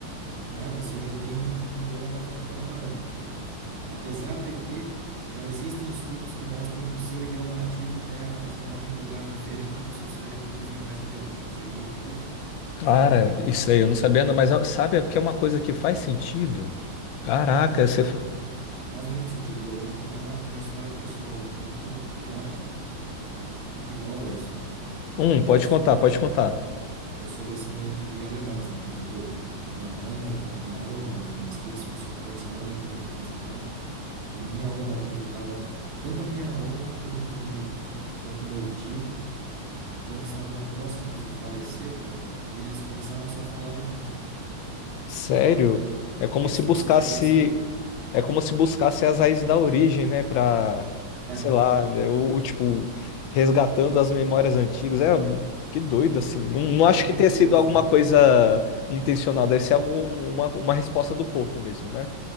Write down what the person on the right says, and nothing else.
né, você já tem um, um idioma para ficar comparando apesar de que já existem estudos que mostram que o seu idioma nativo é armazenado em um lugar diferente do seu cérebro dos demais idiomas. Você já ouviu falar disso?
Não,
fa- faz muito sentido. E eu vou te contar uma, uma história pessoal muito forte e que, e que prova isso, né?
A- Eu
sou,
eu sou descendente de alemães, né? Tipo, minha mãe com a minha oma e minhas tias só conversava alemão em casa e tal. E minha oma, quando tava tanto a minha oma quanto o meu, quanto o meu tio, quando estavam próximos de falecer, cara, eles começaram a só falar alemão.
É,
se
você chegasse lá.
É,
mu-
muito
doido
assim,
cara.